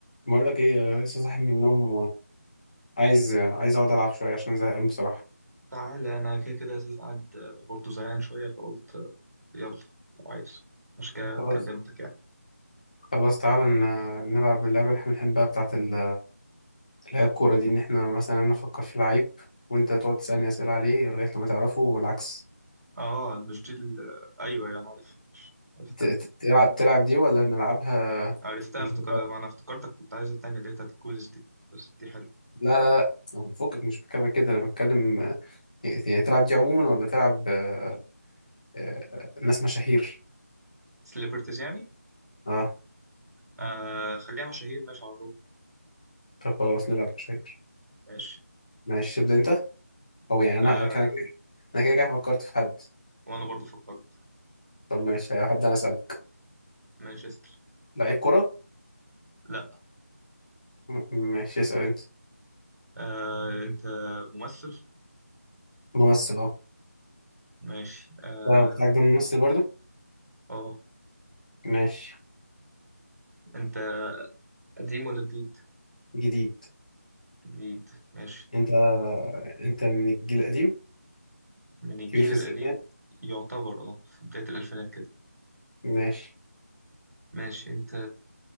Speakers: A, on the left; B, on the right.
A: بقول لك ايه آه، لسه صاحي من النوم وعايز عايز اقعد العب شويه عشان زهقان بصراحه
B: تعالى انا كده كده اساس قاعد برضه زهقان شويه فقلت يلا لو عايز عشان كده
A: خلاص
B: كلمتك يعني
A: خلاص تعالى ن- نلعب اللعبه اللي احنا بنحبها بتاعه ال- اللي هي الكوره دي ان احنا مثلا انا افكر في لعيب وانت تقعد تسالني اسئله عليه لغايه لما تعرفه والعكس
B: اه مش دي ال- ايوه يعني عارف مش عرفتها
A: ت- ت- تلعب تلعب دي ولا نلعبها
B: عرفتها
A: ال-
B: افتكر ما انا افتكرتك كنت عايز التانية اللي هي بتاعت الكويز دي بس دي حلوه
A: لا لا لا فكك مش بتكلم كده انا بتكلم آه، يعني تلعب دي عموما ولا تلعب آه، آه، ناس مشاهير
B: سليبرتيز يعني
A: اه
B: آه خليها مشاهير ماشي على طول
A: طب خلاص نلعب مشاهير
B: ماشي
A: ماشي تبدا انت هو يعني انا
B: آه
A: كان كده انا كده كده فكرت في حد
B: وانا برضه فكرت
A: طب ماشي هبدأ انا اسالك
B: ماشي اسال
A: لعيب كرة
B: لا
A: م- ماشي اسال انت
B: آه انت ممثل
A: ممثل اهو
B: ماشي اه
A: ده بتاعك ده ممثل
B: اسال
A: برضو
B: اه
A: ماشي
B: انت قديم ولا جديد
A: جديد
B: جديد ماشي
A: انت انت من الجيل القديم
B: من الجيل
A: كبير في
B: القديم
A: السن يعني
B: يعتبر اه في بداية الألفينات كده
A: ماشي
B: ماشي أنت